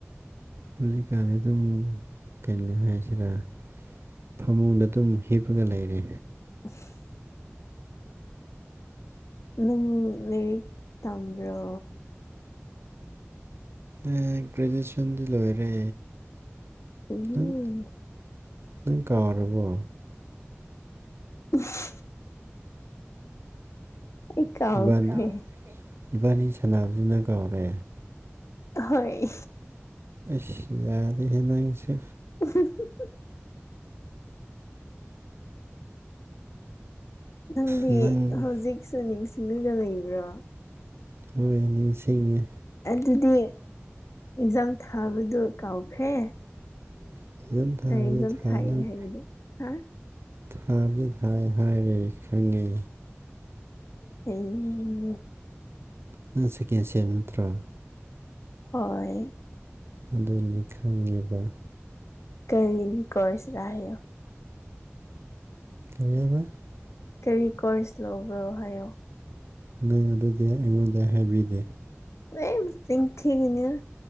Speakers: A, on the right (about 55°); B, on the left (about 80°).
A: ꯍꯧꯖꯤꯛꯀꯥꯟꯗꯤ ꯑꯗꯨꯝ ꯀꯩꯅꯣ ꯍꯥꯏꯁꯤꯔꯥ ꯐꯃꯨꯡꯗ ꯑꯗꯨꯝ ꯍꯤꯞꯄꯒ ꯂꯩꯔꯦ
B: <unintelligible> ꯅꯪ ꯂꯩꯥꯏꯔꯤꯛ ꯇꯥꯝꯕ꯭ꯔꯣ
A: ꯑ ꯒ꯭ꯔꯦꯖꯨꯑꯦꯁꯟꯗꯤ ꯂꯣꯏꯔꯦ
B: ꯎꯝ
A: <unintelligible> ꯅꯪ ꯅꯪ ꯀꯥꯎꯔꯕꯣ
B: <unintelligible> ꯑꯩ ꯀꯥꯎꯈ꯭ꯔꯦ
A: ꯏꯕꯥꯅ ꯏꯕꯥꯅꯤ ꯁꯥꯟꯅꯕꯁꯤ ꯅꯪ ꯀꯥꯎꯔꯦ
B: ꯍꯣꯏ
A: ꯑꯦꯁ ꯌꯥꯔꯦꯍꯦ ꯅꯪꯁꯨ
B: ꯎ <unintelligible> ꯅꯪꯗꯤ
A: ꯅꯪ
B: ꯍꯧꯖꯤꯛꯁꯨ ꯅꯤꯡꯁꯤꯡꯂꯒ ꯂꯩꯕ꯭ꯔꯣ
A: ꯎꯝ ꯅꯤꯡꯁꯤꯡꯉꯦ
B: ꯑꯗꯨꯗꯤ ꯑꯦꯛꯖꯥꯝ ꯊꯥꯕꯗꯨ ꯀꯥꯎꯈ꯭ꯔꯦ
A: ꯐꯖꯅ ꯊꯥꯕꯗꯤ
B: ꯑꯦꯖꯝ
A: ꯊꯥꯅꯕ
B: ꯊꯥꯏ ꯍꯥꯏꯗꯨ ꯍꯥ
A: ꯊꯥꯕꯗꯤ ꯊꯥꯏ ꯍꯥꯏꯔꯦ ꯈꯪꯉꯦ
B: <unintelligible>
A: ꯅꯪ ꯁꯦꯀꯦꯟ ꯁꯦꯝ ꯅꯠꯇ꯭ꯔꯣ
B: ꯍꯣꯏ
A: ꯑꯗꯨꯅꯤ ꯈꯪꯉꯤꯕ
B: ꯀꯔꯤꯒꯤ ꯀꯣꯔꯁꯔꯦ
A: <unintelligible>
B: ꯀꯔꯤ ꯀꯣꯔꯁ ꯂꯧꯕ꯭ꯔꯣ ꯍꯥꯏꯌꯣ
A: ꯅꯪ ꯑꯗꯨꯗꯤ ꯑꯩꯉꯣꯟꯗ ꯍꯥꯏꯕꯤꯗꯦ
B: ꯂꯣꯏ ꯆꯤꯟ ꯊꯤꯒꯅꯨ